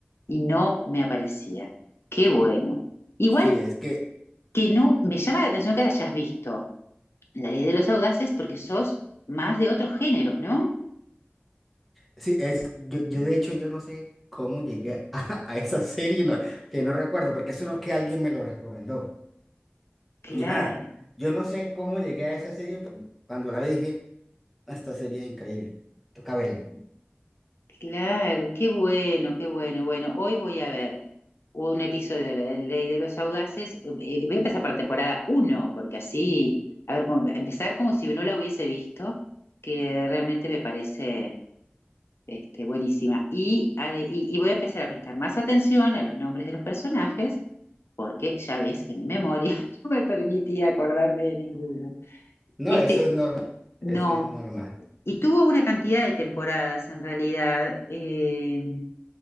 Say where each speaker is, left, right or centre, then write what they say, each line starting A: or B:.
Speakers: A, on the left; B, in the centre.
A: y no me aparecía. Qué bueno. Igual
B: Sí, es que,
A: que no, me llama la atención que hayas visto La Ley de los Audaces porque sos más de otros géneros, ¿no?
B: sí, es, yo, yo de hecho yo no sé cómo llegué <laughs> a, a esa serie, no- que no recuerdo, porque eso no es que alguien me lo recomendó,
A: Claro.
B: ni nada. Yo no sé cómo llegué a esa serie, pero cuando la vi dije, "Ah, esta serie es increíble, toca verla.
A: Claro, qué bueno, qué bueno. Bueno, hoy voy a ver un episodio de la Ley de los Audaces. Eh, eh, Voy a empezar por la temporada uno, porque así, a ver, como- empezar como si no la hubiese visto, que realmente me parece este, buenísima. Y, a de- y, y voy a empezar a prestar más atención a los nombres de los personajes, porque ya ves que mi memoria <laughs> no me permitía acordarme de ninguno.
B: No,
A: Este,
B: eso es normal,
A: no.
B: eso es normal.
A: Y tuvo una cantidad de temporadas en realidad. Eh,